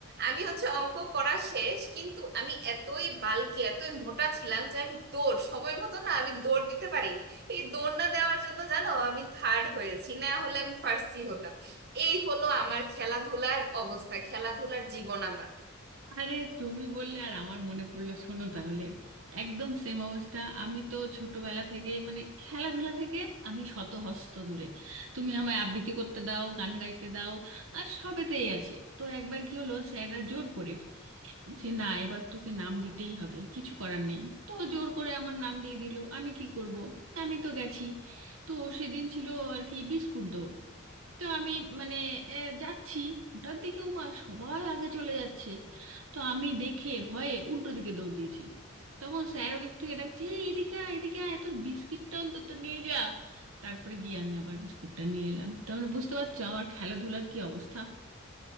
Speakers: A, on the right (about 55°); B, on the right (about 75°).
A: আমি হচ্ছে অঙ্ক করা শেষ কিন্তু আমি এতই বালকি এতই মোটা ছিলাম যে আমি দৌড় সময় মতো না আমি দৌড় দিতে পারিনি এই দৌড় না দেওয়ার জন্য জানো আমি থার্ড হয়েছি না হলে আমি ফার্স্টই হতাম এই হলো আমার খেলাধুলার অবস্থা খেলাধুলার জীবন আমার
B: আরে তুমি বললে আর আমার মনে পড়লো শোনো তাহলে একদম সেম অবস্থা আমি তো ছোটবেলা থেকে মানে খেলাধুলা থেকে আমি শত হস্ত দূরে তুমি আমায় আবৃত্তি করতে দাও গান গাইতে দাও আর সবেতেই আছি তো একবার কি হলো স্যাররা জোর করে যে না এবার তোকে নাম দিতেই হবে কিছু করার নেই তো জোর করে আমার নাম দিয়ে দিল আমি কি করব আমি তো গেছি তো সেদিন ছিল আর কি বিস্কুট দৌড় তো আমি মানে এ, যাচ্ছি হঠাৎ দেখি উমা সবাই আগে চলে যাচ্ছে তো আমি দেখে ভয়ে উল্টো দিকে দৌড় দিয়েছি তখন স্যার ওদিক থেকে ডাকছে এই এদিকে আয় এদিকে আয় তোর বিস্কিটটা অন্তত নিয়ে যা তারপরে গিয়ে আমি আবার বিস্কুটটা নিয়ে এলাম তার মানে বুঝতে পারছো আমার খেলাধুলার কি অবস্থা